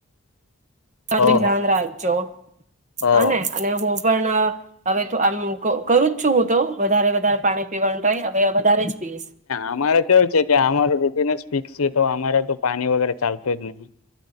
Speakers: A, on the right; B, on the left.
A: <inaudible>
B: ઓહો હો
A: હા ને અને હું પણ હવે તો આમ કરું જ છું, હું તો વધારે વધારે પાણી પીવાનું ટ્રાય હવે વધારે પીશ
B: અમારે કેવું છે કે અમારું <unintelligible> છે તો અમારા તો પાણી વગેરે ચાલતો જ નહીં